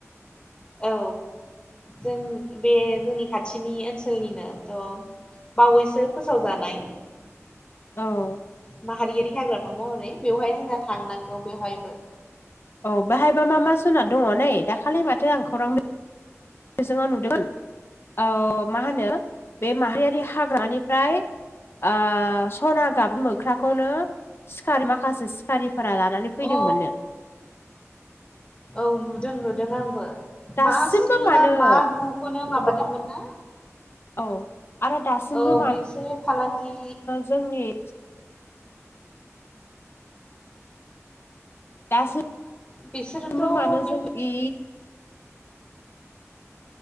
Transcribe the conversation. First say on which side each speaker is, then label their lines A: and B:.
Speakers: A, on the left; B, on the left.
A: औ जों बे जोंनि खाथिनि ओनसोलनिनोथ' बावैसो फोसावजानाय
B: औ
A: माहारियारि हाग्रामा महरै बेवहाय जोंहा थांनांगौ बेवहायबो
B: औ बाहायबा मा मा जुनार दङ नै दाखालि माथो आं खौरां बि बिजोङाव नुदोंमोन औ मा होनो बे माहारियारि हाग्रामानिफ्राय आ सना गाब मोख्राखौनो सिखारि माखासे सिखारिफोरा लानानै फैदोंमोननो
A: औ औ नुदों नुदों आंबो
B: दासिमबो
A: मा स्नि
B: मानो
A: ना मा गुखौनो माबादोंमोन ना
B: औ आरो दासिमबो
A: औ
B: मानो
A: बिसोरो फालांगि
B: जोंनि दासोमबो
A: बिसोरोथ'
B: <unintelligible> मानो जोंनि